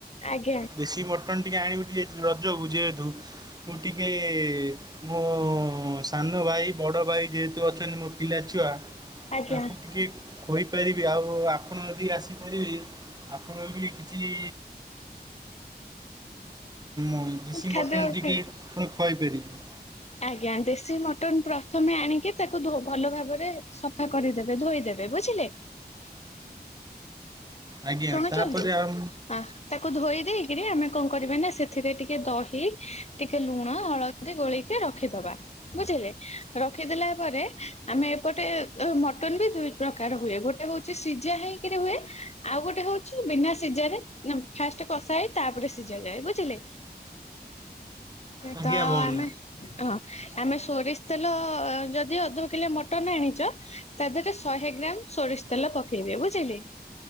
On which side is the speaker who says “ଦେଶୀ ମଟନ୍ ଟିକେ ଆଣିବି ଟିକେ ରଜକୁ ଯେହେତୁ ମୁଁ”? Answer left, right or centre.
Right